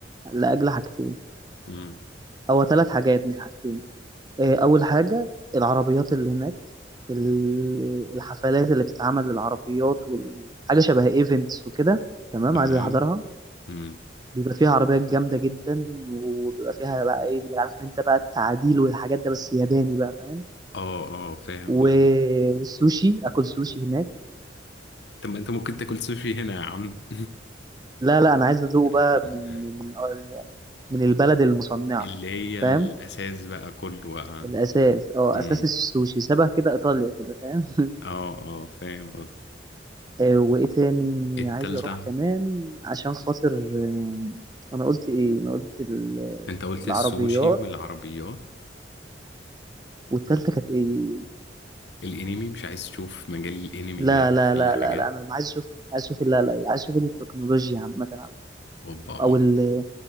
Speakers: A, on the right (about 20°); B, on the left (about 70°).
A: لأجل حاجتين
B: مم.
A: أو ثلاث حاجات مش حاجتين آه، أول حاجة العربيات اللي هناك ال- الحفلات اللي بتتعمل للعربيات وحاجة شبه ايفنتس وكده تمام
B: تمام
A: عايز أحضرها
B: مم.
A: بيبقى فيها عربيات جامدة جدا وبيبقى فيها بقى ايه عارف انت بقى التعديل والحاجات ده بس ياباني بقى فاهم
B: اه اه فاهم
A: والسوشي
B: قصدك
A: اكل سوشي هناك
B: طب ما انت ممكن تاكل سوشي هنا يا عم
A: لا لا انا عايز ادوق
B: <laughs>
A: بقى من من من البلد المصنعه
B: اللي هي الأساس
A: فاهم
B: بقى كله بقى
A: الاساس اه
B: امم
A: اساس السوشي شبه كده ايطاليا كده فاهم <laughs>
B: اه اه فاهم قصدك
A: آه، وايه تاني
B: التالتة
A: عايز اروح كمان عشان خاطر آه، انا قلت ايه انا قلت ال-
B: انت قلت
A: العربيات
B: السوشي والعربيات
A: والتالتة كانت ايه
B: الانمي مش عايز تشوف مجال الانمي
A: لا
B: هناك
A: لا
B: في
A: لا
B: حاجات
A: لا لا انا عايز اشوف عايز اشوف لا لا عايز اشوف التكنولوجيا عامة عندكم.
B: اوبا
A: او ال